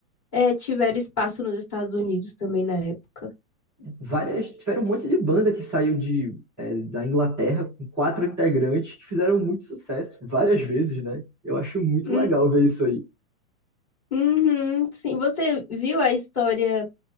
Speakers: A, on the left; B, in the centre.
A: é, tiveram espaço nos Estados Unidos também na época.
B: Várias, tiveram um monte de banda que saiu de, é, da Inglaterra com quatro integrantes que fizeram muito sucesso várias vezes, né? Eu acho muito
A: Hum,
B: legal ver isso aí.
A: Uhum, sim, você viu a história